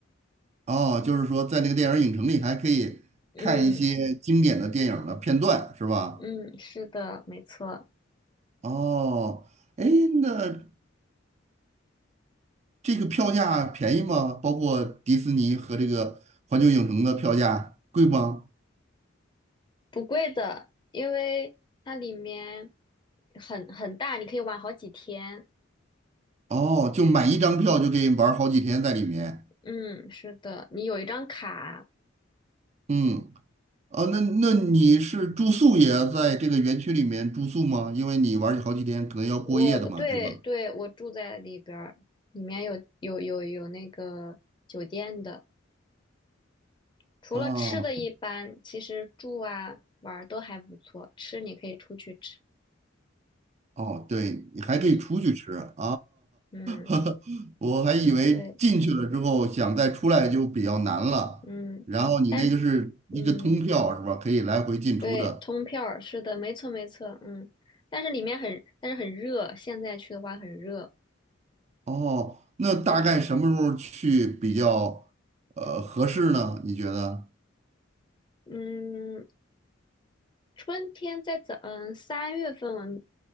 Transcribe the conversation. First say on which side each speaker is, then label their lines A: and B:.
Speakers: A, on the right; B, on the left.
A: 哦，就是说在那个电影影城里还可以看一些经典的电影儿的片段是吧？
B: 嗯嗯，是的，没错，
A: 哦，哎，那。这个票价便宜吗？包括迪士尼和这个环球影城的票价贵吗？
B: 不贵的，因为它里面很很大，你可以玩好几天。
A: 哦，就买一张票就可以玩好几天在里面。
B: 嗯，是的，你有一张卡，
A: 嗯，啊，那那你是住宿也要在这个园区里面住宿吗？因为你玩好几天，可能要过夜的嘛，
B: 我对对，
A: 对吧？
B: 我住在里边儿，里面有有有有那个酒店的，除了吃的一般，
A: 哦
B: 其实住啊玩儿都还不错。吃你可以出去吃，
A: 哦，对，你还可以出去吃啊！
B: 嗯嗯
A: <laughs> 我还以为进去了之后想再出来就比较难了。
B: 对嗯，
A: 然后你那个是一个通票是吧？
B: 但嗯
A: 可以来回进出的。
B: 对，通票儿是的，没错没错，嗯，但是里面很但是很热，现在去的话很热，
A: 哦，那大概什么时候去比较呃合适呢？
B: 嗯
A: 你觉得
B: 嗯，春天在早嗯三月份